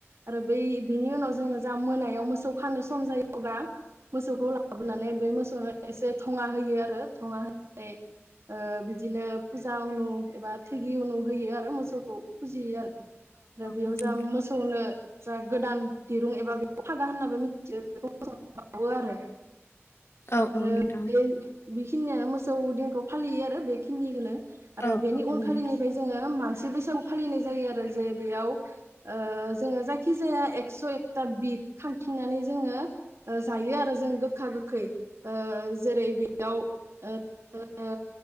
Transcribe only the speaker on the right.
आरो बै बिनि उनाव जोङो जा मोनायाव मोसौ खानो सम जायो अब्ला मोसौखौ लाबोनानै बे मोसौनो एसे थङा होयो आरो थङा होनानै ओ बिदिनो फुजा उनु एबा थोगि उनु होयो आरो मोसौखौ फुजियो आरो। ओमफ्राय
बेयाव
जा मोसौनो
जा गोदान दिरुं एबा बेखौ फागा होनाबो मिथियो बेखौ मोजां <unintelligible> आरो
आरो
बे बेखिनियानो मोसौ दिनखौ फालियो आरो बेखिनि आरो
बेनि
उन
जोङो मानसि बैसागु फालिनाय जायो आरो जे बेयाव ओ जोङो जायखि जाया एकस' एकथा बिद खांथिंनानै जोङो जायो आरो जों गोखा गोखै जेरै बेयाव ओ